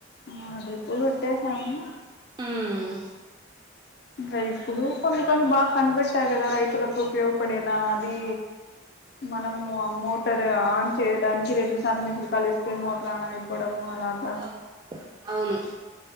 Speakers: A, on the left; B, on the right.
A: ఆ డ్రిప్ వెట్ చేసాము
B: ఉమ్
A: ఇంకా ఇప్పుడు కొన్ని కొన్ని బాగా కనిపెట్టాయి కదా రైతులకు ఉపయోగపడేలా అదీ మనం మోటర్ ఆన్ చేయడానికి రెండు సార్లు మిస్డ్ కాల్ ఇస్తే మోటర్ ఆన్ అయిపోవడం అలాగా
B: అవు అవును